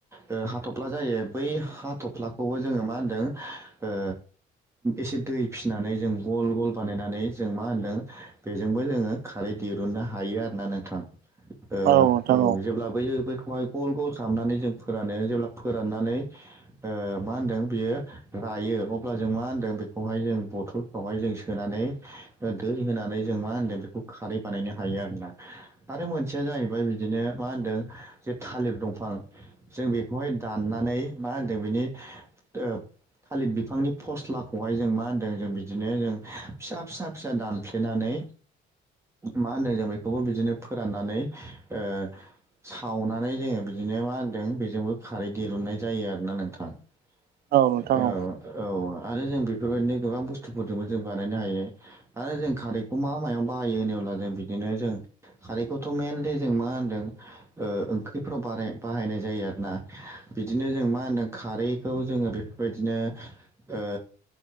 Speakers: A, on the right (about 15°); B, on the right (about 65°).
A: ओ हाथफ्ला जायो बै हाथ'फ्लाखौबो जोङो मा होनदों ओ एसे दै फिसिनानै जों गल गल बानायनानै जों मा होनदों बेजोंबो जोङो खारै दिरुननो हायो आरो ना नोंथां। ओ
B: औ नोंथां
A: औ जेब्ला बैयो बैखौहाय गल गल खालामनानै जों फोरानो जेब्ला फोराननानै ओ मा होनदों बियो रायो अब्ला जों मा होनदों बेखौहाय जों बथल बेवहाय जों सोनानै दै होनानै जों मा होनदों बेखौ खारै बानायनो हायो आरोना। आरो मोनसेया जाहैबाय बिदिनो मा होनदों जे थालिर दंफां जों बे खौहाय दाननानै मा होनदों बेनि ओ थालिर बिफांनि फस्लाखौहाय जों मा होनदों जों बिदिनो जों फिसा फिसा फिसा दानफ्लेनानै मा होन्दों जों बेखौबो बिदिनो फोराननानै ओ सावनानै जोङो बिदिनो मा होनदों बेजोंबो खारै दिरुननाय जायो आरोना नोंथां औ।
B: नोंथां औ
A: औ आरो जों बेफोरबायदिनो गोबां बुस्थुफोरजोंबो जों बानायनो हायो। आरो जों खारैखौ मा मायाव बाहायो होनोब्ला जों बिदिनो जों खारैखौथ' मेेनलि जों मा होनदों ओंख्रिफ्राव बानाय-बाहायनाय जायो आरोना। बिदिनो जों मा होनदों खारैखौ जोङो बेफोरबायदिनो ओ